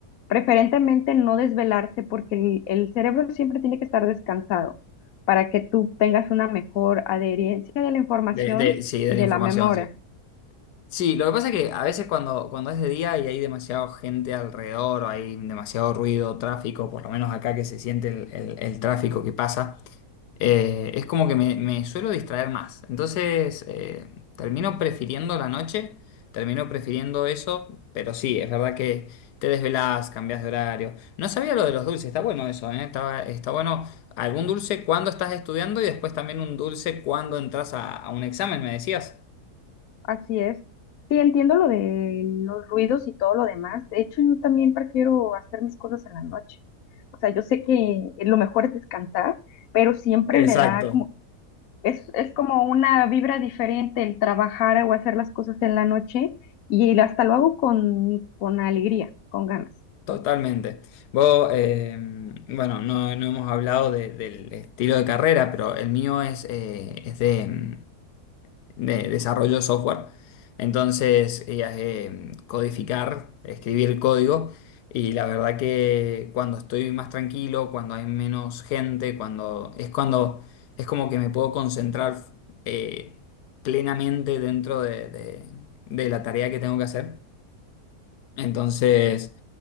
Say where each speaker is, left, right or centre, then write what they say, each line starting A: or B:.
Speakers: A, on the left (about 65°); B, on the left (about 85°).
A: preferentemente no desvelarse porque el, el cerebro siempre tiene que estar descansado para que tú tengas una mejor adherencia de la información
B: De, de- sí, de
A: y
B: la
A: de
B: información,
A: la memoria.
B: sí. Sí, lo que pasa es que a veces cuando, cuando es de día y hay demasiada gente alrededor, o hay demasiado ruido, tráfico, por lo menos acá que se siente el, el- el tráfico que pasa, eh, es como que me, me suelo distraer más. Entonces, eh, termino prefiriendo la noche, termino prefiriendo eso, pero sí, es verdad que te desvelás, cambias de horario. No sabía lo de los dulces, está bueno eso, ¿eh? Está, está bueno algún dulce cuando estás estudiando y después también un dulce cuando entras a, a un examen, me decías.
A: Así es. Sí, entiendo lo de los ruidos y todo lo demás. De hecho, yo también prefiero hacer mis cosas en la noche. O sea, yo sé que lo mejor es descansar, pero siempre
B: Exacto.
A: me da como Es, es como una vibra diferente el trabajar o hacer las cosas en la noche y hasta lo hago con, con alegría, con ganas.
B: Totalmente. Vos, eh, bueno, no, no hemos hablado de- del estilo de carrera, pero el mío es, eh, es de, de desarrollo de software. Entonces, eh, eh, codificar, escribir código. Y la verdad que cuando estoy más tranquilo, cuando hay menos gente, cuando es cuando es como que me puedo concentrar eh, plenamente dentro de, de- de la tarea que tengo que hacer. Entonces,